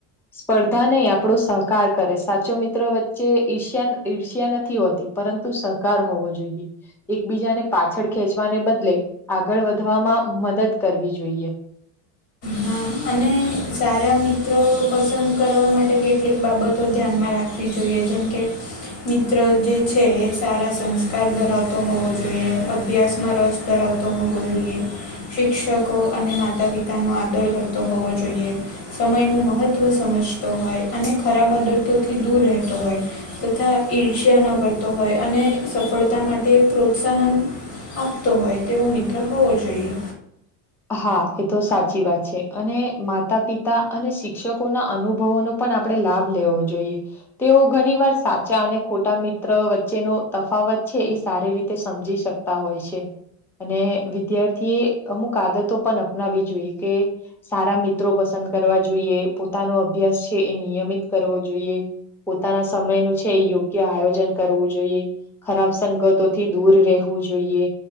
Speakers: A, in the centre; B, on the left (about 85°).
A: સ્પર્ધા નઈ આપડો સહકાર કરે સાચો મિત્ર વચ્ચે ઈર્ષ્યા ન ઈર્ષ્યા નથી હોતી. પરંતુ સહકાર હોવો જોઈએ. એકબીજાને પાછળ ખેંચવાને બદલે આગળ વધવામાં મદદ કરવી જોઈએ.
B: હા અને સારા મિત્રો પસંદ કરવા માટે કેટલીક બાબતો ધ્યાનમાં રાખવી જોઈએ જેમ કે મિત્ર જે છે એ સારા સંસ્કાર ધરાવતો હોવો જોઈએ, અભ્યાસમાં રસ ધરાવતો હોવો જોઈએ. શિક્ષકો અને માતા પિતાનો આદર કરતો હોવો જોઈએ. સમયનું મહત્ત્વ સમજતો હોય અને ખરાબ આદતોથી દૂર રહેતો હોય. તથા ઈર્ષ્યા ન કરતો હોય અને સફળતા માટે પ્રોત્સાહન આપતો હોય તેવો મિત્ર હોવો જોઈએ.
A: હા એ તો સાચી વાત છે અને માતા પિતા અને શિક્ષકોના અનુભવોનો પણ આપણે લાભ લેવો જોઈએ. તેઓ ઘણીવાર સાચા અને ખોટા મિત્ર વચ્ચેનો તફાવત છે એ સારી રીતે સમજી શક તા હોય છે અને વિદ્યાર્થીએ અમુક આદતો પણ અપનાવી જોઈએ કે સારા મિત્રો પસંદ કરવા જોઈએ. પોતાનો અભ્યાસ છે એ નિયમિત કરવો જોઈએ. પોતાના સમયનું છે યોગ્ય આયોજન કરવું જોઈએ. ખરાબ સંગતોથી દૂર રહેવું જોઈએ.